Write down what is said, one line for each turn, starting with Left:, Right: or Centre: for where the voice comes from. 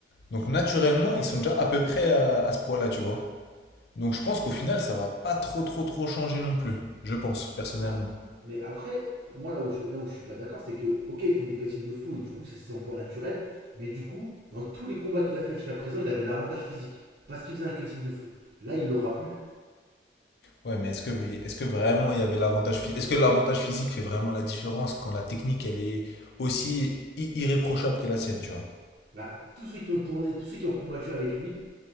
Left: Donc, naturellement, ils sont déjà à peu près à, à ce poids-là, tu vois. Donc, je pense qu'au final, ça va pas trop, trop, trop changer non plus. Je pense, personnellement.
Right: Non. Mais après, moi là où je, là où je suis pas d'accord, c'est que, ok, ils font des cuttings de fou et du coup, c'est son poids naturel. Mais du coup, dans tous les combats qu'il a fait jusqu'à présent, il avait l'avantage physique. Parce qu'il faisait un cutting de fou. Là, il l'aura plus.
Left: Ouais, mais est-ce que, est-ce que vraiment il y avait l'avantage physique? Est-ce que l'avantage physique fait vraiment la différence quand la technique, elle est aussi i- irréprochable que la sienne, tu vois?
Right: Bah, tous ceux qui ont tourné, tous ceux qui ont combattu avec lui,